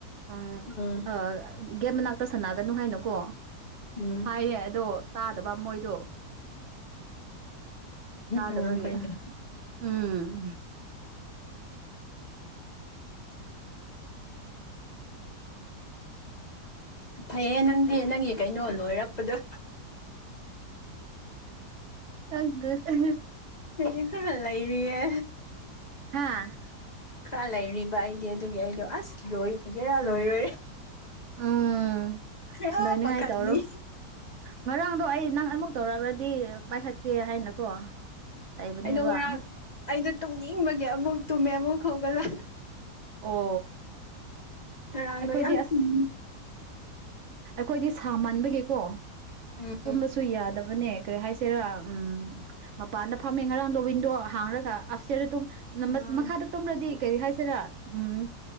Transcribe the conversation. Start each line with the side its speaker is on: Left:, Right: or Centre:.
Right: ꯎ
Left: ꯎꯝ
Right: ꯒꯦꯠ ꯃꯅꯥꯛꯇ ꯁꯥꯟꯅꯒꯅꯨ ꯍꯥꯏꯅꯨꯀꯣ
Left: ꯎꯝ
Right: ꯍꯥꯏꯌꯦ ꯑꯗꯣ ꯇꯥꯗꯕ ꯃꯣꯏꯗꯣ ꯆꯗꯕꯒꯦ
Left: ꯑꯉꯥꯡꯈꯩꯗꯣ
Right: ꯎꯝ
Left: ꯐꯩꯌꯦ ꯅꯪꯗꯤ ꯅꯪꯒꯤ ꯀꯩꯅꯣ ꯂꯣꯏꯔꯛꯄꯗꯣ
Right: ꯑꯗꯨꯗ
Left: ꯄꯅꯤꯡ ꯐꯃꯜ ꯂꯩꯔꯤꯌꯦ
Right: ꯍꯥꯥ
Left: ꯈꯔ ꯂꯩꯔꯤꯕ ꯑꯩꯗꯤ ꯑꯗꯨꯒꯤ ꯑꯩꯗꯣ ꯑꯁ ꯂꯣꯏ ꯖꯦꯔꯥ ꯂꯣꯏꯔꯔꯦ
Right: ꯎꯝ ꯎꯝ
Left: ꯈꯔ
Right: ꯂꯣꯏꯅꯉꯥꯏ
Left: ꯃꯈꯜꯅꯤ
Right: ꯇꯧꯔꯣ ꯉꯔꯥꯡꯗꯣ ꯑꯩ ꯅꯪ ꯑꯃꯨꯛ ꯇꯧꯔꯛꯔꯗꯤ ꯄꯥꯏꯈꯠꯀꯦ ꯍꯥꯏꯅꯀꯣ ꯂꯩꯕꯅꯦꯕ
Left: ꯑꯩꯗꯣ ꯉꯔꯥꯡ ꯑꯩꯗꯣ ꯇꯨꯝꯅꯤꯡꯕꯒꯤ ꯑꯃꯨꯛ ꯇꯨꯝꯃꯦ ꯑꯃꯨꯛ ꯍꯧꯒꯗ
Right: ꯑꯣ
Left: ꯉꯔꯥꯡꯗꯣ
Right: ꯑꯩꯈꯣꯏꯗꯤ
Left: ꯌꯥꯝ
Right: ꯑꯁ
Left: ꯀꯨꯝ
Right: ꯑꯩꯈꯣꯏꯗꯤ ꯁꯥ ꯃꯥꯟꯕꯒꯤꯀꯣ
Left: ꯎꯝ
Right: ꯇꯨꯝꯕꯁꯨ ꯌꯥꯗꯕꯅꯦ ꯀꯔꯤ ꯍꯥꯏꯁꯦꯔꯥ ꯎꯝ ꯃꯄꯥꯟꯗ ꯐꯝꯃꯦ ꯉꯔꯥꯡꯗꯣ ꯋꯤꯟꯗꯣ ꯍꯥꯡꯔꯒ ꯑꯞꯁꯦꯔ ꯑꯗꯨꯝ
Left: ꯎꯝ
Right: ꯃꯈꯥꯗ ꯇꯝꯂꯗꯤ ꯀꯔꯤ ꯍꯥꯏꯁꯤꯔꯥ ꯎꯝ